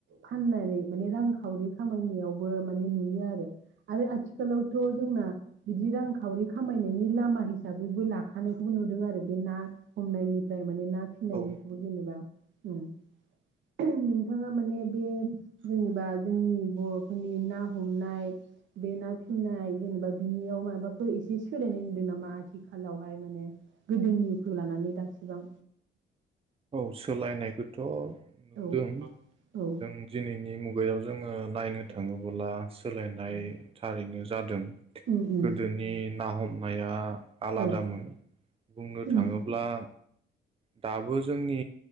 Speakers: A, on the right (about 70°); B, on the right (about 30°).
A: फाननानै माने रांखावरि खामायनायावबो माने नुयो आरो आरो आथिखाल आथिखालावथ' जोंना बिदि रांखावरि खामायनायनि लामा हिसाबैबो लाखानायखौबो नुदों आरो बे ना हमनायनिफ्राय माने ना फिनायनिखौ
B: औ
A: जेनेबा उम <unintelligible> नोंथाङा माने बे जेनेबा जोंनि बर'फोरनि ना हमनाय बे ना फिनाय जेनेबा बिनियाव माबाफोर एसे सोलायनाय होनदों नामा आथिखालावहाय माने गोदोनिखौ लानानै दासिबां
B: औ सोलायनायखौथ' नुदों
A: औ औ
B: जों दिनैनि मुगा बैयाव जोङो नायनो
A: औ
B: थाङोबोला सोलायनाय थारैनो जादों
A: उम उम
B: गोदोनि ना हमनाया आलादामोन
A: औ
B: बुंनो
A: उम
B: थाङोब्ला दाबो जोंनि